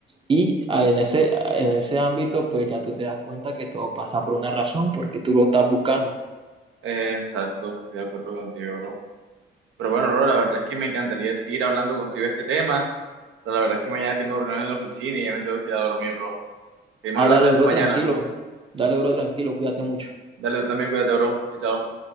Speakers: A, on the right (about 25°); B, on the right (about 80°).
A: Y ah, en ese, en ese ámbito, pues ya tú te das cuenta que todo pasa por una razón, porque tú lo estás buscando.
B: eh, exacto, estoy de acuerdo contigo, bro. Pero bueno, bro, la verdad es que me encantaría seguir hablando contigo de este tema, pero la verdad es que mañana tengo reunión en la oficina y ya me tengo que ir a dormir, bro. Seguimos
A: Ah,
B: hablando
A: dale,
B: de
A: bro,
B: esto mañana.
A: tranquilo. Dale, bro, tranquilo, cuídate mucho.
B: Dale, tú también cuídate, bro. Chao, chao.